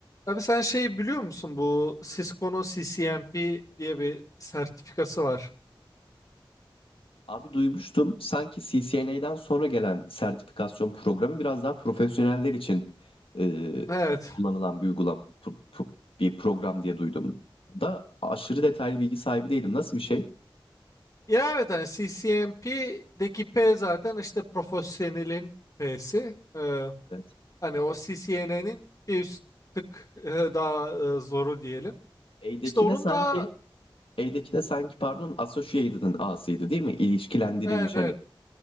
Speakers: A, on the left; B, on the left.
A: Abi sen şey biliyor musun bu Cisco'nun CCNP diye bir sertifikası var.
B: Abi duymuştum sanki CCNA'den sonra gelen sertifikasyon programı biraz daha profesyoneller için e,
A: Evet.
B: kullanılan bir uygulama bir program diye duydum. Da aşırı detaylı bilgi sahibi değilim. Nasıl bir şey?
A: Ya evet hani CCNP'deki P zaten işte profesyonelin P'si. Ee,
B: Evet.
A: hani o CCNA'nin bir üst tık e, daha e, zoru diyelim.
B: A'deki
A: İşte onun
B: de sanki
A: da
B: A'deki de sanki pardon Associated'ın A'sıydı değil mi? İlişkilendirilmiş
A: evet evet
B: hani.